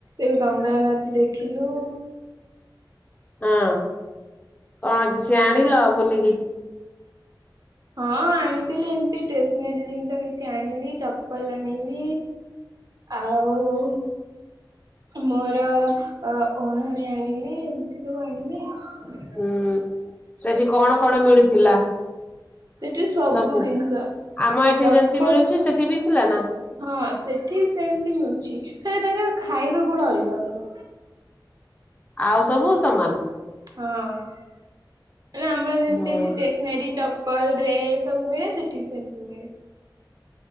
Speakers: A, on the right; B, on the left.
A: ଏ ଗଙ୍ଗା ନଦୀ ଦେଖିଲୁ।
B: ହଁ କଣ କିଛି ଆଣିଲ ବୁଲିକି?
A: ହଁ ଆଣିଥିଲି ଏମତି ଟେସନାରୀ ଜିନିଷ କିଛି ଆଣିଲି ଚପଲ ଆଣିଲି ଆଉ ମୋର ଅଢଣୀ ଆଣିଲି ଏମିତି ସବୁ ଆଣିଲି।
B: ହୁଁ ସେଠି କଣ କଣ ମିଳୁଥିଲା?
A: ସେଠି
B: ସବୁ
A: ଜିନିଷ
B: ଆମ ଏଠି
A: ଚପଲ
B: ଯେମିତି ମିଳୁଛି ସେଠି ବି ଥିଲା ନା?
A: ହଁ ସେଠି ସେମିତି ମିଳୁଛି ଖାଲି ତାଙ୍କର ଖାଇବା ଗୁଡା ଅଲଗା ଅଲଗା।
B: ଆଉ ସବୁ ସମାନ?
A: ହଁ ମାନେ ଆମର ଯେମିତି
B: ହୁଁ
A: ଟେ ନେରି ଚପଲ ଡ୍ରେସ୍ ସବୁ ମିଳେ ସେଠି ବି ସେମିତି ମିଳେ।